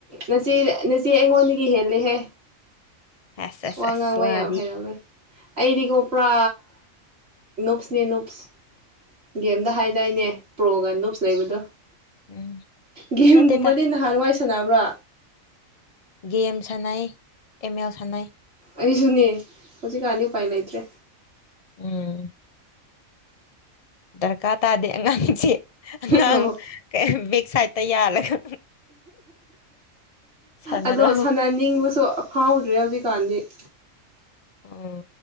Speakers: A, on the right; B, on the left.
A: ꯅꯆꯦ ꯅꯆꯦ ꯑꯩꯉꯣꯟꯗꯒꯤ ꯍꯦꯜꯂꯦꯍꯦ
B: ꯑꯁ ꯑꯁ
A: ꯋꯥ
B: ꯑꯁ
A: ꯉꯥꯡꯕ
B: ꯋꯥꯗꯤ
A: ꯌꯥꯝ ꯍꯩꯔꯝꯃꯦ ꯑꯩꯗꯤꯀꯣ ꯄꯨ꯭ꯔꯥ ꯞꯁꯅꯦ ꯞꯁ ꯒꯦꯝꯗ ꯍꯥꯏꯗꯥꯏꯅꯦ ꯄ꯭ꯔꯣꯒ ꯞꯁ ꯂꯩꯕꯗꯣ
B: ꯎꯝ
A: ꯒꯦꯝꯒꯨꯝꯕꯗꯤ
B: ꯅꯠꯇꯦꯗ
A: ꯅꯍꯥꯟꯋꯥꯏ ꯁꯅꯕ꯭ꯔꯥ
B: ꯗꯤ ꯑꯦꯝ ꯁꯥꯟꯅꯩ ꯑꯦꯝ ꯑꯦꯜ ꯁꯥꯟꯅꯩ
A: ꯑꯩꯁꯨꯅꯦ ꯍꯧꯖꯤꯛꯀꯥꯟꯗꯤ ꯎꯄꯥꯏ ꯂꯩꯇ꯭ꯔꯦ
B: ꯎꯝ ꯗꯔꯀꯥꯔ ꯇꯥꯗꯦ ꯑꯉꯥꯡꯁꯦ ꯑꯉꯥꯡ
A: ꯑꯣ
B: ꯕꯦꯛ ꯁꯥꯏꯗꯠꯇ ꯌꯥꯜꯂꯒ ꯁꯥꯟꯅꯔꯣ
A: ꯑꯗꯣ ꯁꯥꯟꯅꯅꯤꯡꯕꯁꯨ ꯑꯐꯥꯎꯗ꯭ꯔꯦ ꯍꯧꯖꯤꯛꯀꯥꯟꯗꯤ <unintelligible>
B: ꯑꯣ